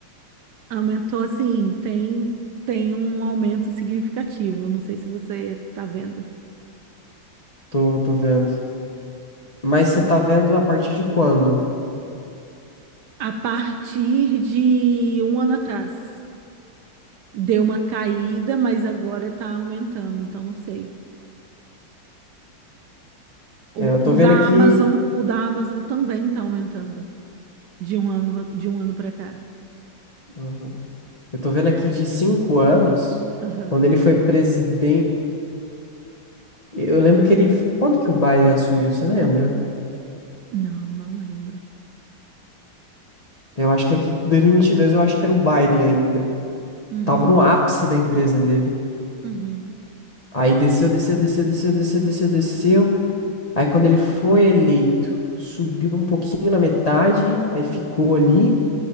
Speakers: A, on the right (about 75°); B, on the left (about 65°).
A: aumentou assim, tem tem um aumento significativo, não sei se você tá vendo.
B: tô tô vendo. Mas você tá vendo a partir de quando?
A: A partir de um ano atrás, deu uma caída, mas agora está aumentando, então não sei. O,
B: É, eu tô
A: o
B: vendo
A: da
B: aqui.
A: Amazon, o da Amazon também está aumentando de um ano de um ano para cá.
B: Uhum. Eu tô vendo aqui de cinco anos,
A: Aham.
B: quando ele foi presidente. Eu lembro que ele. Quando que o Biden assumiu, você lembra?
A: Não, não lembro.
B: Eu acho que aqui, dois mil e e vinte e dois, eu acho que era o Biden ainda.
A: Uhum.
B: Tava no ápice da empresa dele.
A: Uhum,
B: Aí desceu, desceu, desceu, desceu, desceu, desceu, desceu. Aí quando ele foi eleito, subiu um pouquinho na metade, aí ficou ali.